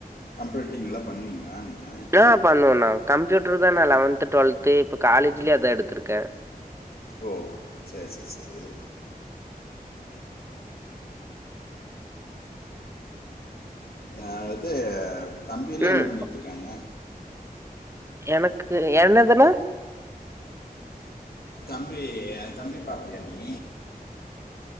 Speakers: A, on the left; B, on the right.
A: கம்ப்ரேட்டிங்லா பண்ணுவீங்ளா நீங்க
B: நா பண்ணுவண்ணா கம்ப்யூட்ரு தா நா லவன்த்து டுவெல்த்து இப்போ காலேஜ்லியு அதா எடுத்துருக்க
A: ஓ சேர் சேர் சேரி அ இது தம்பி எல்லா
B: ம்
A: என்னா பண்ணிட்ருக்காங்க
B: எனக்கு என்னதுணா
A: தம்பி ஏ தம்பி பாப்பியா நீ